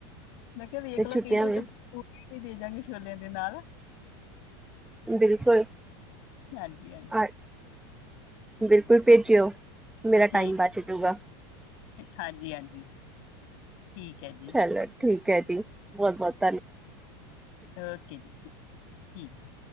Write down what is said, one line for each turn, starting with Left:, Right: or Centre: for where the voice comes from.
Left: ਮੈਂ ਕੇਆ ਵੇਖਲਓ
Centre: ਤੇ ਛੁੱਟੀਆਂ
Left: ਕੈਂਦੇ
Centre: ਵੀ
Left: ਤੇ, ਪੂੜੀ ਵੀ ਦੇਜਾਂਗੇ ਸੋ਼ਲੇਆਂ ਦੇ ਨਾਲ।
Centre: ਬਿਲਕੁਲ।
Left: ਹਾਂਜੀ, ਹਾਂਜੀ।
Centre: <unintelligible> ਬਿਲਕੁਲ ਭੇਜੇਓ। ਮੇਰਾ
Left: ਠੀਕ
Centre: ਟਾਈਮ ਬੱਚ ਜੂਗਾ,
Left: ਹਾਂਜੀ ਹਾਂਜੀ ਠੀਕ ਹੈ ਜੀ
Centre: ਚਲੋ। ਠੀਕ ਐ ਜੀ, ਬੋਤ, ਬੋਤ।
Left: ਓਕੇ ਜੀ, ਠੀਕ।